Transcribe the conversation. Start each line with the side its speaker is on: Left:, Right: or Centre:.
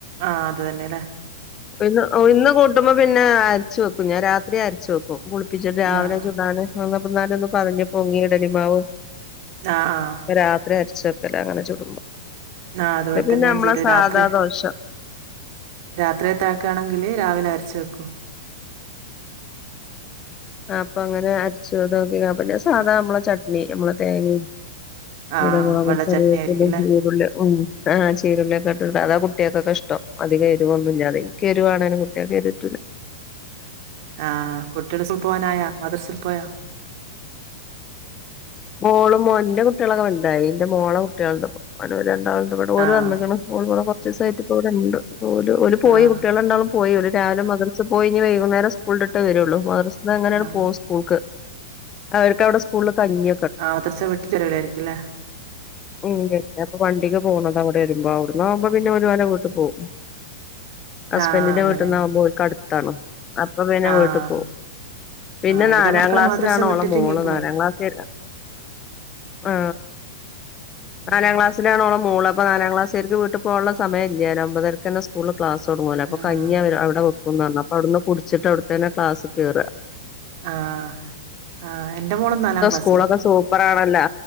Right: ആഹ അത് തന്നെല്ലേ
Left: ഇന്ന് ഇന്ന് കൂട്ടുമ്പോ പിന്നെ അരച്ചു വെക്കും ഞാൻ രാത്രി അരച്ചു വെക്കും പുളിപ്പിച്ചിട്ട് രാവിലെ
Right: ആഹ്
Left: ചൂടാണ് അന്നാല ഒന്ന് പതഞ്ഞ് പൊങ്ങി ഇടലിമാവ്
Right: ആഹ് ആഹ
Left: രാത്രരി അരിച്ചോക്കല്ല അങ്ങനെ ചുടുമ്പോ
Right: ആഹ അതുപോലെ
Left: ഇത്
Right: തന്നെ
Left: പിന്നെ
Right: ഞാൻ
Left: നമ്മളെ
Right: ചെയ്ലേ
Left: സാധാ
Right: രാത്രി
Left: ദോശ
Right: രാത്രിയ തഴക്കയാണെങ്കില് രാവിലെ അരച്ചു വക്കും ക്കെ
Left: അപ്പൊ അങ്ങനെ അരച്ചു അത്ോക്ക പിന്നെ സാധാ നമ്മളെ ചട്നി നമ്മള തേങ്ങ. ചീരമുളകും
Right: ആഹ് വെള്ള
Left: കറിയും
Right: ചട്നി ആയിരിക്കും അല്ലേ
Left: ചീരുള്ള ഉ ആ് ചീരുള്ളയക്കെ ണ്ട് അതാ കുട്ടികൾൊക്കെ ഇഷ്ട അധികം എരുവൊന്നുമ ഇല്ലാെ ഈ ക എരുവാണേനും കുട്ടികൊെ പറ്റിലാ
Right: ആഹ കുട്ടിയോൾ പോവാനായ മദ്രസിൽ പോയാ
Left: മോളും മോ എന്റെ കുട്ടികളൊക്കെ വണ്ടായി എന്റെ മോളെ കുട്ടികളുണ്ട് അവ ര ഇവിടെഓര്
Right: ആഹ്
Left: വന്നിഓൂടെ കുറ ദിവസമായിട്ട് ഇ ഇവിടെ ഉണ്ട് പോയി
Right: ആഹ്
Left: കുട്ടികള ഉണ്ടാവളും പോയില്ലൂ രാവിലെ മദർസ പോയി ഇനി വൈകുന്നേരം സ്കൂളിൽ ഇട്ടേ വരുള്ളൂ മദർസ എങ്ങനെയാണ്
Right: ആഹ്
Left: പോകും സ്കൂൾക്ക് അവർക്ക് അവിടെ സ്കൂളിൽ കഞ്ഞ
Right: ആഹ് വദർച്ച വിട്ടി്ിലവിളായിരിക്കുംല്ലേ
Left: ഉ അപ്പൊ വണ്ടിക്ക് പോണത് അവിടെ വരുമ്പോ അവിടന്ന ആകുമ്പോ പിന്നെ ഒരുപനം വീട്ട് പോവുംും ഹസ്ബൻഡിന്റെ
Right: ആഹ് അങ്ങനെയാണ്
Left: വീട്ടിൽ നിന്നാവകുമ്പോക്ക്ടുത്താണ്ോ അപ്പൊ പിന്നെ
Right: ആഹ്
Left: വീട്ടിൽ പോകും പിന്നെ
Right: ആഹ് ഇവിടെ
Left: നാലാം
Right: മക്കള്
Left: ക്ലാസ്സിലാണോഓള
Right: മദ്രസ വിട്ടിട്ട്
Left: മോള്
Right: ഇങ്ങേക്ക്
Left: നാലാം
Right: വരും
Left: ക്ലാസ് ആ നാലാം
Right: ആഹ്
Left: ക്ലാസ്സിലാണോള മോള അപ്പ നാലാം ക്ലാസ്ായിരിക്കക്ക് വീട്ട പോുള്ള സമയമല്ലാലും അമ്പതരർ തെ സ്കൂള് ക്ലാസ് തുടങ്ങ പോല
Right: ആഹ്
Left: അൊ കഞ്ഞ അവിടെ പറഞ്ഞാ അടുന്ന് കുടിച്ചിട്ട അവിടത്ത തന്നെ ക്ലാസ് ക കേറുക
Right: ആഹ് ആഹ് എന്റെ മോള് നാലാം ക്ലാസ്സിലാ
Left: <inaudible> സ്കൂളൊക്കെ സൂപ്പറാണല്ലോ